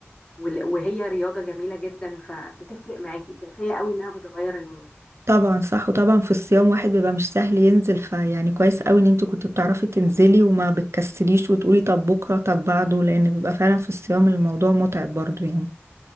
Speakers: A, on the left; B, on the right.
A: وال- وهي رياضة جميلة جدا فبتفرق معاكي كفاية قوي انها بتغير المود
B: طبعا صح وطبعا في الصيام واحد بيبقى مش سهل ينزل فيعني كويس قوي ان انت كنت بتعرفي تنزلي وما بتكسليش وتقولي طب بكرة طب بعده لان بيبقى فعلا في الصيام الموضوع متعب برضو يعني